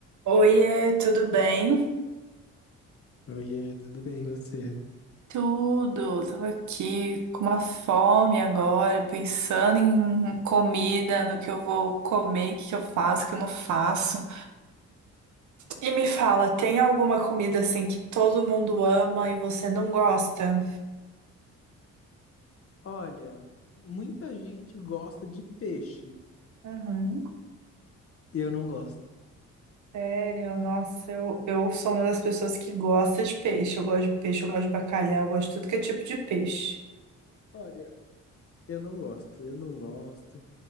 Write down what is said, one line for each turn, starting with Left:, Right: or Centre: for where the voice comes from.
Right: Oiê, tudo bem?
Left: Oiê, tudo bem e você?
Right: Tudo. Tava aqui com uma fome agora, pensando em comida, no que eu vou comer, o que que eu faço, o que eu não faço. E me fala, tem alguma comida assim que todo mundo ama e você não gosta?
Left: Olha, muita gente gosta de peixe.
Right: Uhum,
Left: Eu não gosto.
Right: sério, nossa, eu, eu sou uma das pessoas que gosta de peixe. Eu gosto de peixe, eu gosto de bacalhau, eu gosto de tudo que é tipo de peixe.
Left: Olha, eu não gosto, eu não gosto.